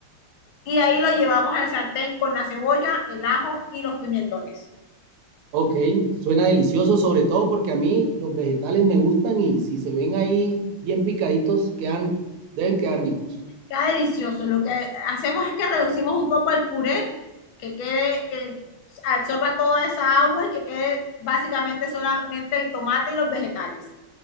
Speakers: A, on the left; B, on the right.
A: Y ahí lo llevamos al sartén con la cebolla, el ajo y los pimentones.
B: ok, suena delicioso, sobre todo porque a mí los vegetales me gustan y si se ven ahí bien picaditos, quedan, deben quedar ricos.
A: Queda delicioso. Lo que hacemos es que reducimos un poco al puré, que quede, que absorba toda esa agua y que quede básicamente solamente el tomate y los vegetales.